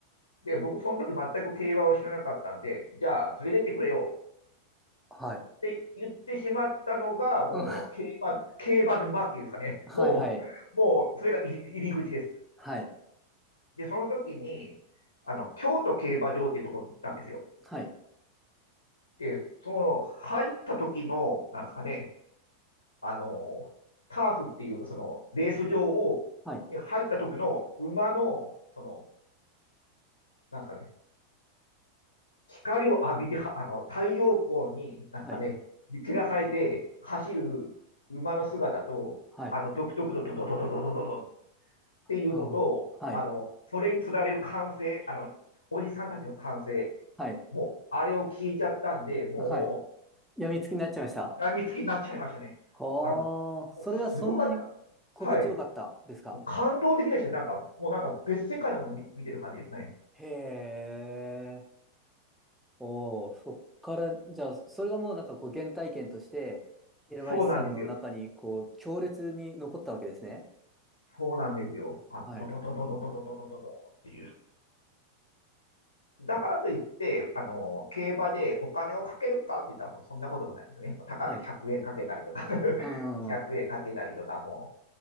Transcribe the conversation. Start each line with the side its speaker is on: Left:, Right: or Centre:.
Left: で、僕、その時全く競馬を知らなかったんで、じゃあ、連れてってくれよ
Centre: はい。
Left: って言ってしまったのが、もう競馬、
Centre: うん。は
Left: 競馬沼っていうんですかね。
Centre: い。
Left: もう、
Centre: はい。
Left: もう、それが入り口です。
Centre: はい。
Left: で、その時に、あの、京都競馬場っていうところに行ったんですよ。
Centre: はい。
Left: で、その、入った時の、なんですかね、あの、ターフっていう、その、レース場を、
Centre: はい。
Left: に入った時の馬の、その、なんですかね、光を浴びて、はあの、太陽光に、なんですかね、
Centre: はい。
Left: 照らされて走る馬の姿と、
Centre: はい。
Left: あの、独特のドドドドドドドドっていうのと、
Centre: ああ。はい。
Left: あの、それにつられる歓声、あの、おじさんたちの歓声、
Centre: はい。
Left: もう、あれを聞いちゃったんで、も
Centre: はい。病みつきになっちゃいました。
Left: う、病みつきになっちゃいましたね。
Centre: はあ、
Left: あの、
Centre: それはそんなに心地よかったですか
Left: もうすごかった。はい。感動的でした。なんか、もうなんか別世界のものを見、見てる感じですね。
Centre: へえ、おお、そっから、じゃあ、それがもうなんかこう原体験として、平林さんの中にこう強烈に残ったわけですね。
Left: そうなんですよ。そうなんですよ。あ、
Centre: はい。
Left: ドドドドドドドドドドドっていう。だからといって、
Centre: うん
Left: あの、競馬でお金をかけるかって言ったらもうそんなこともないですね。もう高く100円かけたりとか
Centre: はい。うん。
Left: 200円
Centre: は
Left: <laughs> かけたりとか、も